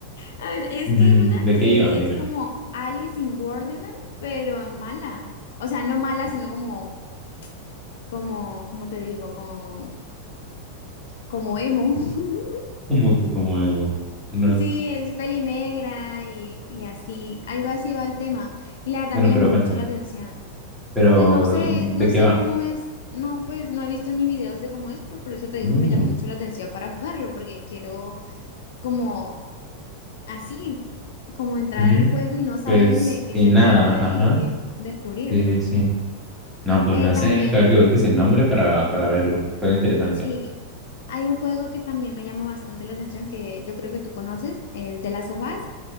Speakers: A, on the left (about 55°); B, in the centre.
A: A ver, es
B: Ujú,
A: que hay una
B: ¿De
A: que
B: qué iba? Dime.
A: es como Alice in Wonderland, pero mala. O sea, no mala, sino como, como, como te digo? Como, como emo. <laughs>
B: <laughs> Como que como emo? No.
A: Sí, es peli negra y, y así, algo así va el tema. Y la verdad
B: Bueno,
A: me llamó
B: pero cuéntame.
A: mucho la atención.
B: Pero,
A: Pues no sé,
B: ¿de
A: no
B: qué
A: sé
B: va?
A: cómo es, no, pues no he visto ni videos de cómo es, pero por eso te digo
B: No.
A: que me llamó mucho la atención para jugarlo, porque quiero como así, como entrar
B: Ujú.
A: al juego y no saber
B: Pues,
A: ni de qué
B: y
A: se
B: nada,
A: trata
B: ajá.
A: y di- descubrirlo.
B: Sí, sí. No, pues
A: Eh,
B: no sé,
A: también,
B: tengo que busques el nombre para, para verlo. Suena interesante.
A: sí, hay un juego que también me llama bastante la atención que yo creo que tú conoces, es de las sofás,